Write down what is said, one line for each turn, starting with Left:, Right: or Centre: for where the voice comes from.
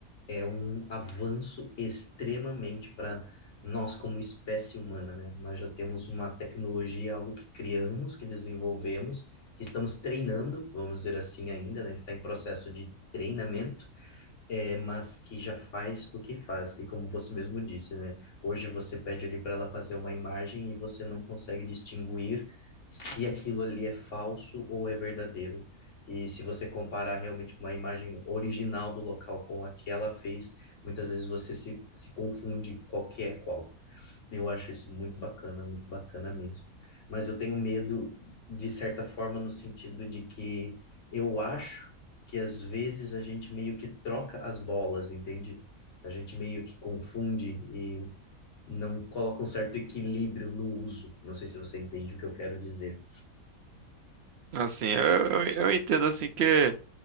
Left: é um avanço extremamente para nós como espécie humana, né? Nós já temos uma tecnologia, algo que criamos, que desenvolvemos, que estamos treinando, vamos dizer assim ainda, né? Está em processo de treinamento é, mas que já faz o que faz. E como você mesmo disse, né? Hoje você pede ali para ela fazer uma imagem e você não consegue distinguir se aquilo ali é falso ou é verdadeiro. E se você comparar realmente com uma imagem original do local com a que ela fez, muitas vezes você se, se confunde qual que é qual. Eu acho isso muito bacana, muito bacana mesmo. Mas eu tenho medo, de certa forma, no sentido de que eu acho que às vezes a gente meio que troca as bolas, entende? A gente meio que confunde e não coloca um certo equilíbrio no uso. Não sei se você entende o que eu quero dizer.
Right: Assim, eu, eu eu entendo assim que